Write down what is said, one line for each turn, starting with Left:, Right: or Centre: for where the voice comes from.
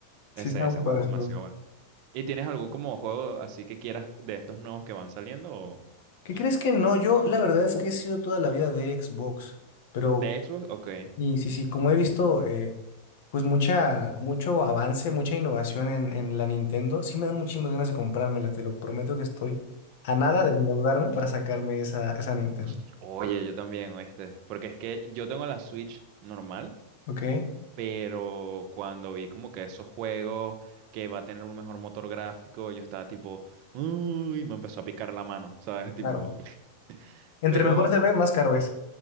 Right: Ese,
Left: Sí, está
Right: ese
Left: muy
Right: juego
Left: padre
Right: es
Left: ese
Right: demasiado
Left: juego.
Right: bueno. ¿Y tienes algún como juego así que quieras de estos nuevos que van saliendo o-
Left: ¿Qué crees que no? Yo la verdad es que he sido toda la vida de Xbox, pero
Right: de Xbox? Ok.
Left: y sí, sí, como he visto, eh, pues mucha, mucho avance, mucha innovación en, en la Nintendo, sí me dan muchísimas ganas de comprármela, te lo prometo que estoy a nada de endeudarme para sacarme esa, esa Nintendo,
Right: Y- Oye, yo también, este Porque es que yo tengo la Switch normal,
Left: ¿ok?
Right: pero cuando vi como que esos juegos que va a tener un mejor motor gráfico, yo estaba tipo, uy, me empezó a picar la mano, ¿sabes? Tipo.
Left: Claro.
Right: <laughs>
Left: Entre
Right: Pero
Left: mejor se ve, más caro es.